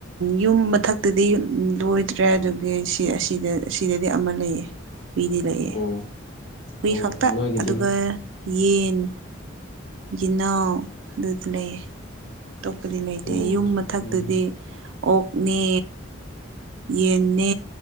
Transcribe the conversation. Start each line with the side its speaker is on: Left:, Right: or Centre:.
Right: ꯌꯨꯝ ꯎꯝ ꯃꯊꯛꯇꯗꯤ ꯂꯣꯏꯗ꯭ꯔꯦ ꯑꯗꯨꯒꯤ ꯁꯤ ꯑꯁꯤꯗ ꯑꯁꯤꯗꯗꯤ ꯑꯃ ꯂꯩꯌꯦ ꯍꯨꯏꯗꯤ ꯂꯩꯌꯦ
Left: ꯑꯣ
Right: ꯍꯨꯏ
Left: ꯑꯣ
Right: ꯈꯛꯇ
Left: ꯅꯣꯏꯒꯤꯗꯤ
Right: ꯑꯗꯨꯒ ꯌꯦꯟ ꯌꯦꯅꯥꯎ ꯑꯗꯨꯗꯤ ꯂꯩ ꯑꯇꯣꯞꯄꯗꯤ ꯂꯩꯇꯦ
Left: ꯑꯣ
Right: ꯌꯨꯝ ꯃꯊꯛꯇꯗꯤ
Left: ꯎꯝ
Right: ꯑꯣꯛꯅꯦ ꯌꯦꯟꯅꯦ